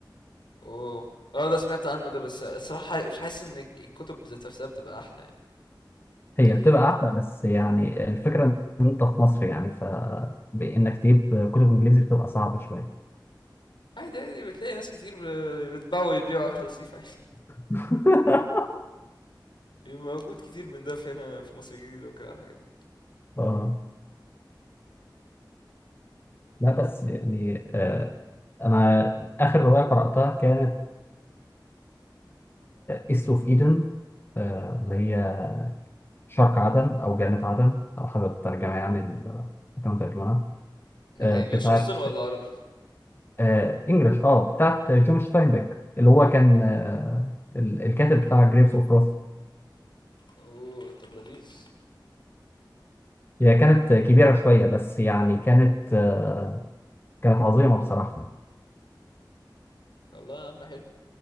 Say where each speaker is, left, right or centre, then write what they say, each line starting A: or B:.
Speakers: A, on the left; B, on the left.
A: اوه اه ده سمعت عنه ده بس الصراحه مش حاسس ان الك- الكتب ذات نفسها بتبقى احلى يعني
B: هي
A: يعني
B: بتبقى احلى بس يعني الفكره ان انت في مصر يعني ف بانك تجيب كتب انجليزي بتبقى صعبه شويه
A: عادي عادي بتلاقي ناس كتير ب- بيطبعوا ويبيعوا على الرصيف عادي
B: <laughs>
A: <laughs> موجود كتير من ده في هنا في مصر الجديدة وكده الحاجات دي
B: اه لا بس يعني آه انا اخر روايه قراتها كانت ايست اوف ايدن اللي هي شرق عدن أو جنة عدن على حسب الترجمة يعني اللي كانوا ترجمها
A: انجلش
B: آه، بتاعت
A: اصلا ولا عربي
B: آه، إنجلش أه بتاعت جون ستاينبيك اللي هو كان آه، ال- الكاتب بتاع جريفز أوف روث
A: اوه طب لذيذ
B: هي كانت كبيرة شوية بس يعني كانت آه، كانت عظيمة بصراحة
A: طب لا يا عم حلو